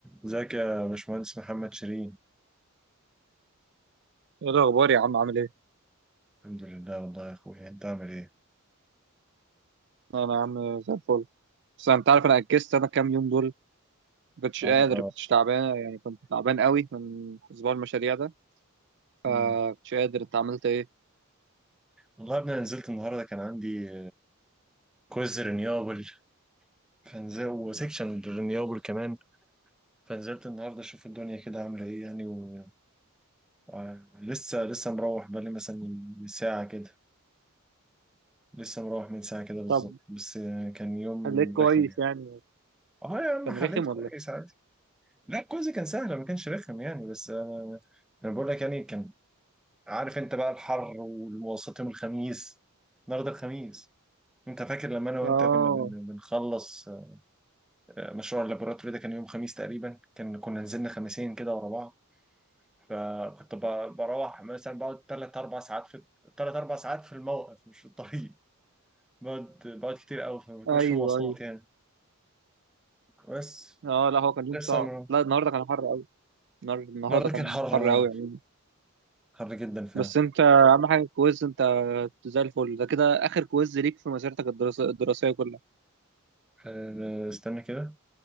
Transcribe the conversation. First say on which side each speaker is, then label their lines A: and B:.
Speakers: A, in the centre; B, on the right.
A: ازيك يا باشمهندس محمد شيرين
B: ايه الاخبار يا عم عامل ايه
A: الحمد لله والله يا اخويا انت عامل ايه
B: انا يا عم زي الفل بس انت عارف انا اجزت انا كام يوم دول ما كنتش
A: انت
B: قادر كنتش تعبان يعني كنت تعبان قوي من اسبوع المشاريع ده فما
A: مم.
B: كنتش قادر انت عملت ايه
A: والله يا ابني أنا نزلت النهارده كان عندي كويز رينيوبل فنزل وسيكشن رينيوبل كمان فنزلت النهارده اشوف الدنيا كده عامله ايه يعني و... آه، لسه لسه مروح بقالي مثلا من ساعه كده لسه مروح من ساعه كده بالظبط
B: طب
A: بس آه، كان يوم
B: خليك كويس
A: رخم يعني
B: يعني
A: اه يا عم
B: كان
A: حليت
B: رخم
A: كويس
B: ولا ايه
A: عادي لا الكويز كان سهل ما كانش رخم يعني بس آه، انا بقول لك يعني كان عارف انت بقى الحر والوسط يوم الخميس النهارده الخميس انت فاكر لما انا وانت
B: اه
A: كنا بن- بنخلص آه، مشروع اللابوراتوري ده كان يوم خميس تقريبا كان كنا نزلنا خميسين كده ورا بعض فكنت ب- بروح مثلا بقعد ثلاث اربع ساعات في ثلاث اربع ساعات في الموقف مش في الطريق بقعد بقعد كتير قوي فما بيكونش
B: ايوه
A: في مواصلات
B: ايوه
A: يعني بس
B: اه لا هو كان يوم
A: لسه
B: صعب
A: ما-
B: لا النهارده كان حر قوي النهار- النهارده
A: النهارده
B: كان
A: كان حر اه
B: حر قوي يعني
A: حر جدا فعلا
B: بس انت اهم حاجه الكويز انت زي الفل ده كده اخر كويز ليك في مسيرتك الدراسيه الدراسيه كلها
A: آه، استنى كده